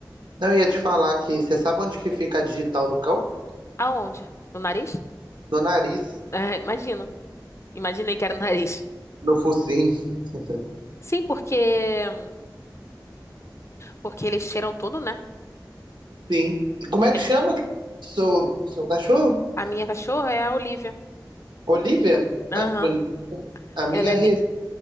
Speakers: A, on the right; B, on the left.
A: Não, eu ia te falar que você sabe onde que fica a digital do cão?
B: Aonde? No nariz?
A: No nariz,
B: É, imagino. Imaginei que era no nariz.
A: no focinho. <laughs>
B: Sim, porque Porque eles cheiram tudo, né?
A: Sim. E como é que
B: É-
A: chama seu, seu cachorro?
B: A minha cachorra é a Olivia.
A: Olivia?
B: Aham.
A: Ah, que bonito. A minha
B: Ela é. li-
A: rede,